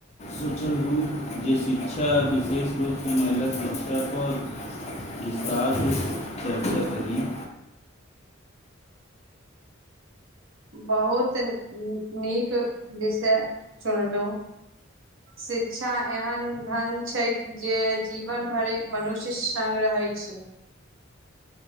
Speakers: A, on the left (about 35°); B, on the right (about 75°).
A: सोचलहु जे शिक्षा विशेष रूपसँ महिलाक शिक्षापर विस्तारसे चर्चा करी।
B: बहुत नीक विषय चुनलहुं, शिक्षा एहन धन छै जे जीवन भर मनुष्य संग रहै छै।